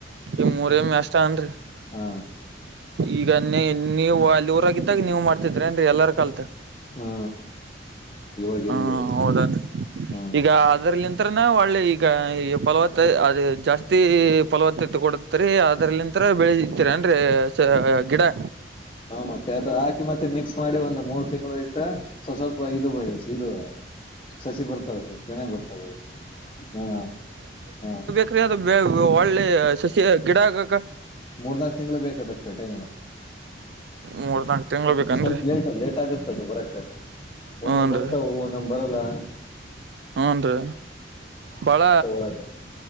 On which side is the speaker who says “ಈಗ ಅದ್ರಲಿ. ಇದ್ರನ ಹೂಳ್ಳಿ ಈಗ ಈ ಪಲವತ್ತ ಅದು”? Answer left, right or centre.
Right